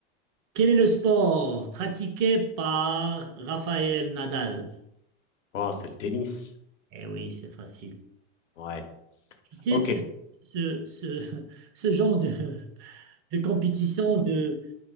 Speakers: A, on the right; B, on the left.
A: Quel est le sport pratiqué par Raphaël Nadal?
B: Oh, c'est le tennis.
A: Eh oui, c'est facile.
B: Ouais.
A: Tu sais,
B: Ok.
A: ce, ce, ce, ce genre de, de compétition de